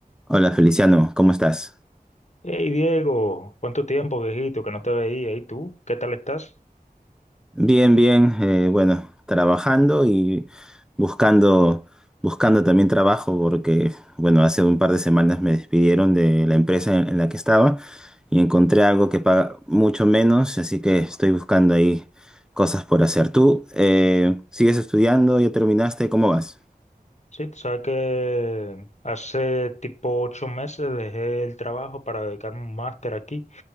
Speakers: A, in the centre; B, on the left.
A: Hola Feliciano, ¿cómo estás?
B: Hey Diego, ¿cuánto tiempo, viejito, que no te veía? ¿Y tú? ¿Qué tal estás?
A: Bien, bien, eh, bueno, trabajando y buscando, buscando también trabajo porque, bueno, hace un par de semanas me despidieron de la empresa en, en la que estaba y encontré algo que paga mucho menos, así que estoy buscando ahí cosas por hacer. ¿Tú eh, sigues estudiando? ¿Ya terminaste? ¿Cómo vas?
B: Sí, tú sabes que hace tipo ocho meses dejé el trabajo para dedicarme a un máster aquí